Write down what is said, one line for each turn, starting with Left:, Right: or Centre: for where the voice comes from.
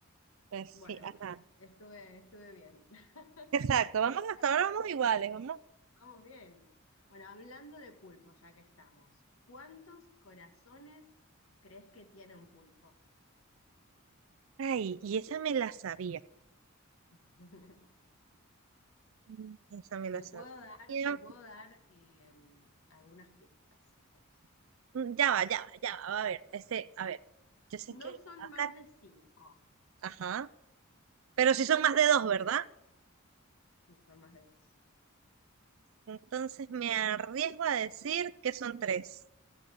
Right: Pues
Left: Bueno,
Right: sí, ajá.
Left: estuve, estuve bien. <laughs>
Right: Exacto, vamos
Left: Exacto,
Right: hasta ahora vamos
Left: vamos
Right: iguales,
Left: a-
Right: vamos.
Left: Vamos bien. Bueno, hablando de pulpo, ya que estamos, ¿cuántos corazones crees que tiene un pulpo?
Right: Ay, y esa me la sabía.
Left: <laughs>
Right: Mm, Esa me la
Left: Te
Right: sabía.
Left: puedo dar, te puedo dar em, algunas pistas, si querés.
Right: Mm, Ya va, ya va, ya va. A ver, este, a ver. Yo sé
Left: No
Right: que la
Left: son
Right: vaca.
Left: más de cinco,
Right: Ajá.
Left: ¿ok?
Right: Pero si son más de dos, ¿verdad?
Left: Sí, son más de dos.
Right: Entonces me arriesgo a decir que son tres.